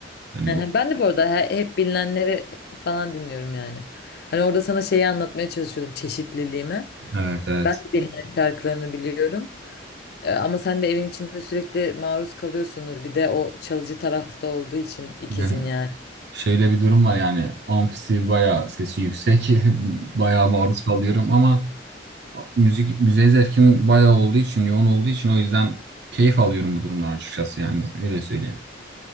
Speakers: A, on the right; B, on the left.
A: Hani
B: Hı hı.
A: o-
B: Ben de bu arada he- hep bilinenleri falan dinliyorum yani. Hani orada sana şeyi anlatmaya çalışıyordum çeşitliliğimi.
A: evet evet.
B: Ben de bilinen şarkılarını biliyorum. E, ama sen de evin içinde sürekli maruz kalıyorsundur. Bir de o çalıcı tarafta olduğu için ikizin
A: Yani
B: yani.
A: Şöyle bir durum var yani amfisi bayağı sesi yüksek <laughs> bayağı maruz kalıyorum ama müzik müziğe zevkim bayağı olduğu için yoğun olduğu için o yüzden keyif alıyorum bu durumdan açıkçası yani öyle söyleyeyim.